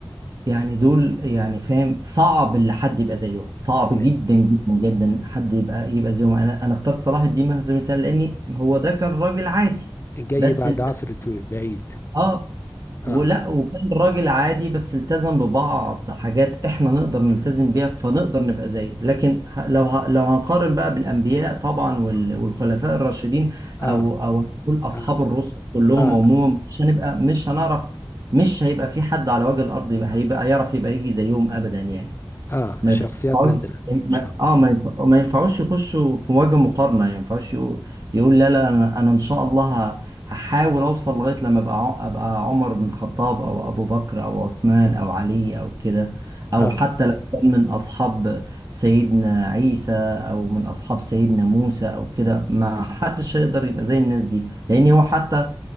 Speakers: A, on the right; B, on the left.
A: يعني دول يعني فاهم صعب اللي حد يبقى زيهم صعب
B: تمام
A: جدا جدا جدا حد يبقى يبقى زيهم انا انا اخترت صلاح الدين مثلا على سبيل المثال لاني هو ده كان راجل عادي
B: جاي
A: بس
B: بعد
A: ال-
B: عصر طويل بعيد
A: اه
B: اه
A: ولا وكان راجل عادي بس التزم ببعض حاجات احنا نقدر نلتزم بيها فنقدر نبقى زيه لكن ه- لو ه- لو هنقارن بقى بالانبياء طبعا وال- والخلفاء الراشدين او
B: اه
A: او نقول اصحاب
B: اه
A: الرسل كلهم
B: اه
A: عموما مش هنبقى مش هنعرف مش هيبقى في حد على وجه الارض يبقى هيبقى يعرف يبقى يجي زيهم ابدا يعني
B: اه
A: ما
B: شخصيات
A: ينفعوش
B: نادرة شخصيات
A: ما... اه ما,
B: نادرة
A: ينفع... ما ينفعوش يخشوا في مواجهة مقارنة يعني ما ينفعوش يقول... يقول لا لا انا انا ان شاء الله ه... هحاول اوصل لغاية لما ابقى ع- ابقى عمر بن الخطاب او ابو بكر او عثمان او علي او كده
B: اه
A: او حتى لو كان من اصحاب سيدنا عيسى او من اصحاب سيدنا موسى او كده ما حدش هيقدر يبقى زي الناس دي لان هو حتى